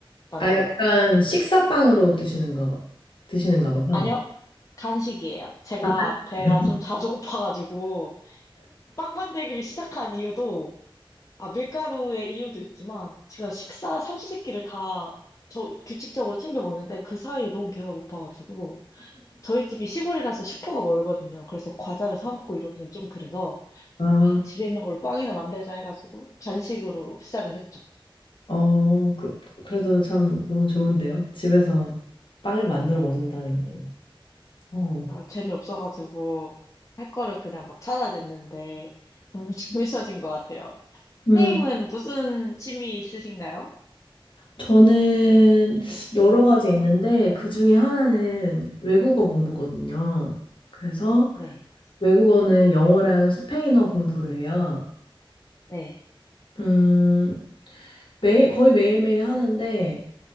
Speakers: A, on the left; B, on the left.
A: 만들어요.
B: 아 약간 식사빵으로 드시는가 봐. 드시는가 봐요.
A: 아니요, 간식이에요. 제가
B: 아, 아니에요?
A: 배가 좀 자주 고파가지고 빵 만들기를 시작한 이유도 아 밀가루의 이유도 있지만 제가 식사 삼시세끼를 다 저 규칙적으로 챙겨 먹는데 그 사이에 너무 배가 고파가지고 저희 집이 시골이라서 슈퍼가 멀거든요. 그래서 과자를 사 먹고 이러기는 좀 그래서
B: 아,
A: 아, 집에 있는 걸로 빵이나 만들자 해가지고 간식으로 시작을 했죠.
B: 어, 그, 그래도 참 너무 좋은데요. 집에서 빵을 만들어 먹는다는 게. 어.
A: 아, 재미없어가지고 할 거를 그냥 막 찾아냈는데 점점 <laughs> 재밌어진 것 같아요.
B: 음,
A: 선생님은 무슨 취미 있으신가요?
B: 저는 여러 가지 있는데 그 중에 하나는 외국어 공부거든요. 그래서
A: 네,
B: 외국어는 영어랑 스페인어 공부를 해요.
A: 네,
B: 음, 매일, 거의 매일매일 하는데